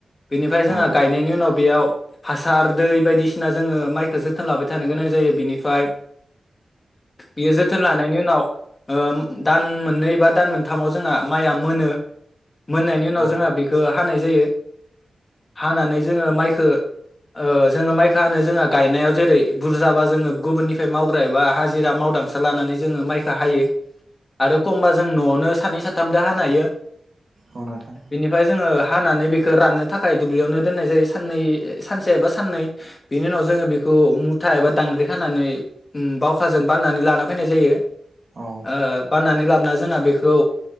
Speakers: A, on the left; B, on the right.
A: बेनि फ्राय जोंहा
B: औ
A: गायनायनि उनाव बेयाव हासार दै बायदिसिना जोङो माइखौ जोथोन लाबाय थानो गोनां जायो बिनि निफाय बियो जोथोन लानायनि उनाव ओ दान मोननै बा दान मोनथामाव जोंहा माइया मोनो मोननायनि उनाव
B: औ
A: जोंहा बेखौ हानाय जायो हानानै जोङो माइखो ओ जोङो माइखौ हानो जोंहा गायनायाव जेरै बुरजाबा जोङो गुबुननिफ्राय मावग्रा ए बा हाजिरा माव दांसो लानानै जोङो माइखौ हायो आरो एखमबा जों न'आवनो सानै साथाम दो हानो हायो
B: औ नोंथां
A: बिनिफ्राय जोङो हानानै बेखौ राननो थाखाय दुब्लियावनो दोननाय जायो सानै सानसे एबा साननै बिनि उनाव जोङो बेखौ मुथा एबा दां दांग्रि खानानै बावखाजों बाननानै लाना फैनाय जायो
B: औ
A: ओ बाननानै लाबोना जोंहा बेखौ